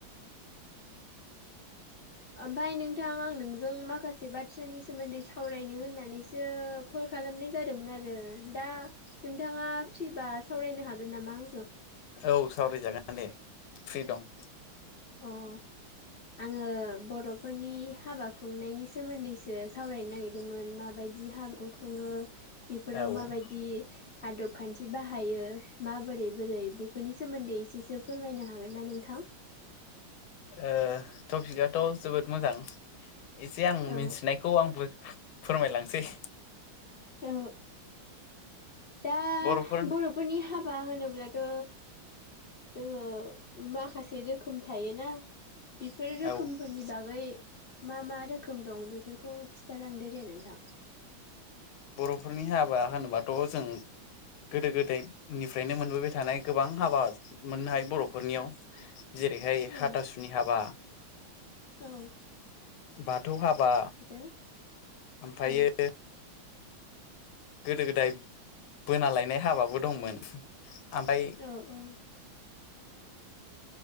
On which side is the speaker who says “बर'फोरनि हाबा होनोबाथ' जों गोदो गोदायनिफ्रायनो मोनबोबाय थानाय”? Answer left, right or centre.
Left